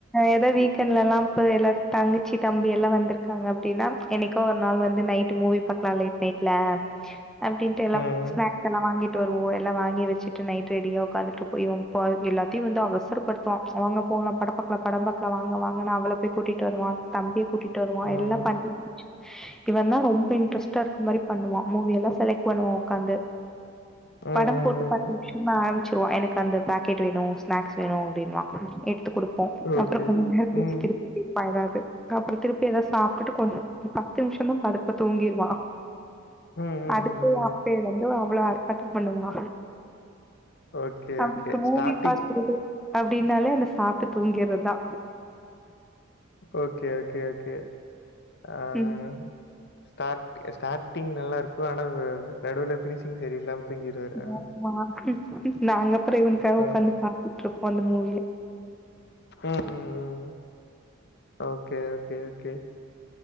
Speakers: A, in the centre; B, on the left (about 55°).
A: ஏதா வீக்கெண்ட்ல லாம் போய் எல்லா தாங்குச்சி தம்பி எல்லா வந்திருக்காங்க அப்படின்னா என்னைக்கோ ஒரு நாள் வந்து நைட் மூவி பாக்கலா லேட் நைட்ல அப்படின்ட்டு எல்லா
B: ம்
A: ஸ்நாக்ஸ் எல்லா வாங்கி டு வருவோ எல்லா வாங்கி வச்சிட்டு நைட் ரெடியா உட்காந்துட்டு இருப்போ இவ போய் எல்லாத்தையு வந்து அவசரப்படு துவா வாங்க போகலா பட பாக்கலா படம் பாக்கலா வாங்க வாங்க அவள பேய் கூட்டி டு வருவா தம்பியை கூட்டிட்டு வருவா
B: ம்
A: எல்லா பண்ணி முடிச்சு இவ தா ரொம்ப இன்ட்ரெஸ்ட்டா இருக்க மாரி பண்ணுவா மூவி எல்லா செலக்ட் பண்ணுவா உக்காந்து
B: ம் ம் ம்
A: படம் போட்டு பத்து நிமிஷந்தா ஆரம்பிச்சிருவா எனக்கு அந்த பாக்கெட் வேணு ஸ்நாக்ஸ் வேணு அப்படின்னுவா எடுத்து குடுப்போ
B: ஓகே
A: அப்புறகொஞ்ச டேஸ்ட்டுக்கு
B: ம்
A: எடுத்துட்டு படாது அப்புற திருப்பி எதா சாப்பிட்டுட்டு கொஞ்ச ஒரு பத்து நிமிஷ தா படுத்து தூங்கிருவா
B: ம் ம் ம்
A: அதுக்கு
B: ம்
A: அப்பிலந்து அவ்ளோ ஆர்ப்பாட்டம் பண்ணுவா
B: ஓகே
A: அவனுக்கு
B: ஓகே
A: மூவி
B: ஸ்டார்ட்டிங்
A: பாக்குறது அப்படின்னாலே அந்த சாப்ட்டு தூங்கிறதா
B: ஓகே ஓகே ஓகே அ
A: ம்
B: அ ஸ்டாட்டு ஸ்டாட்டிங் நல்லா இருக்கு ஆனா நடுல ஃபினிஷிங் சரியில்லாம தூங்கிருவாரு ஆ
A: ஆமா நாங்க அப்புற இவனுக்காக
B: அ.
A: ஒகாந்து பா துட்டுருப்போ அந்த மூவிய
B: ம் ம் ம் ஓகே ஓகே ஓகே